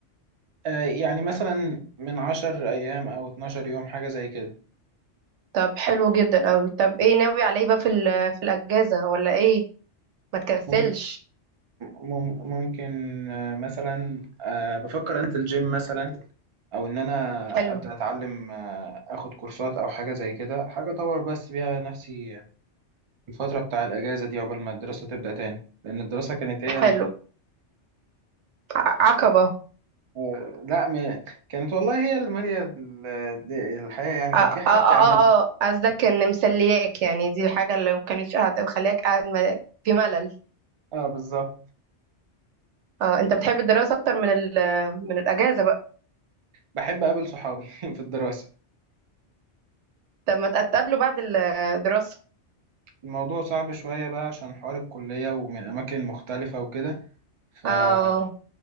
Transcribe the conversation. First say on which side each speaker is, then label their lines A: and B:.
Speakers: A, on the right (about 55°); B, on the right (about 75°).
A: آه يعني مثلا من عشر ايام او اتناشر يوم حاجة زي كده
B: طب حلو جدا اوي طب ايه ناوي على ايه بقى في ال... في الاجازه ولا ايه ما تكسلش
A: مم- مم- ممكن آه مثلا آه بفكر انزل جيم مثلا او ان انا
B: حلو
A: ابدأ اتعلم آه اخد كورسات او حاجة زي كده حاجة اطور بس بيها نفسي الفترة بتاع الاجازة دي عقبال ما الدراسة تبدأ تاني لان الدراسة كانت هي
B: حلو ع- عقبه
A: آه، لا م... كانت والله هي اللي مالية ال- د- الحياة يعني كان
B: اه اه
A: في حاجة
B: اه
A: بتعملها
B: اه آه. قصدك ان مسلياك يعني دي الحاجه اللي ما كانتش قاعده مخلياك قاعد م- في ملل
A: اه بالظبط
B: اه انت بتحب الدراسه اكتر من ال... من الاجازه بقى
A: بحب أقابل صحابي <laughs> في الدراسة
B: طب ما تقابله بعد الدراسه
A: الموضوع صعب شوية بقى عشان حوار الكلية ومن أماكن مختلفة وكده فإن
B: اه